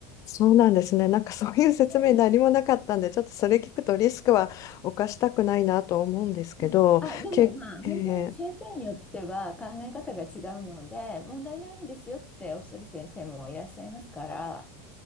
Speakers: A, on the left; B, on the left.
A: そうなんですね。なんかそういう説明何もなかったんで、
B: はい、
A: ちょっとそれ聞くとリスクは犯したくないなと思うんですけど、
B: うんあ、でもまあ、
A: け、
B: 本当に先生によっては考え方が違うので、
A: えー
B: 問題ないですよっておっしゃる先生もいらっしゃいますから、